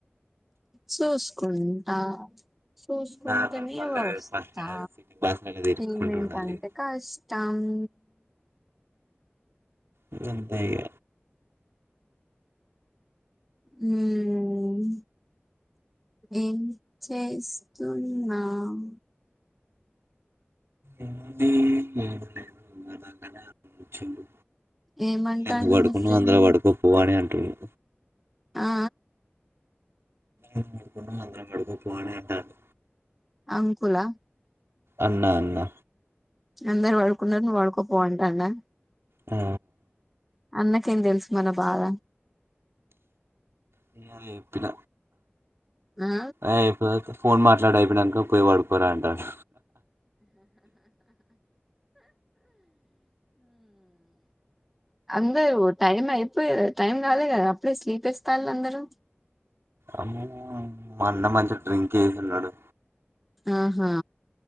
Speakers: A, in the centre; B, on the right.
A: చూసుకుంటా చూసుకుంటనే
B: నార్మల్ పల్లె
A: వస్తా
B: బస్టాండ్ సిటీ బస్టాండ్ తిరుక్కుంటూ
A: పేమెంట్
B: ఉండాలి
A: అంటే కస్ట్ టమ్
B: ఇంగ్ అంతే ఇగ
A: మ్మ్ ఏం చేస్తున్నామ్
B: ఏంది కూడా అక్కడ కూర్చుండు
A: ఏమంటాండు
B: ఎందుకు పడుకున్నావు
A: మీ ఫ్రెండ్
B: అందులో పడుకోపో అని అంటుండు
A: ఆ
B: ఏమనుకుండా అందరం పడుకొపో అని అన్నారు
A: అంకులా
B: అన్న అన్న
A: అందరు వడుకున్నారు నువ్ వడుకో పో అంటుందా
B: ఆ
A: అన్నకేం తెలుసు మన బాధ
B: నే అదే చెప్పిన
A: ఆ
B: ఏ పో ఇకా ఫోన్ మాట్లాడయిపోయినంక పోయి పడుకోరా అంటారు
A: అందరు టైం అయిపోయి కదా టైం రాలేదు కదా అప్పుడే స్లీప్ వేస్తాల్లా అందరు
B: అమ్మో మా అన్న మంచిగా డ్రింక్ వేసున్నాడు
A: ఆహా